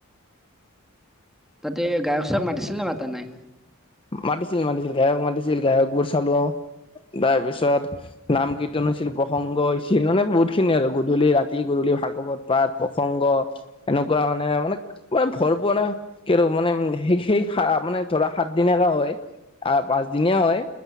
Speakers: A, in the centre; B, on the left.
A: তাতে গায়ক চায়ক মাতিছিল নে মাতা নাই।
B: মাতিছিল মাতিছিল গায়ক মাতিছিল গায়কবোৰ চালো তাৰপিছত নাম কীৰ্তন হৈছিল প্ৰসংগ হৈছিল মানে বহুত খিনি আৰু গধূলি ৰাতি গধূলি ভাগৱত পাত প্ৰসংগ এনেকুৱা মানে মানে মানে ভৰপোৱা না কিটো মানে সেই মানে ধৰা সাত সনেকা হয়। আহ পাঁচদিনীয়া হয়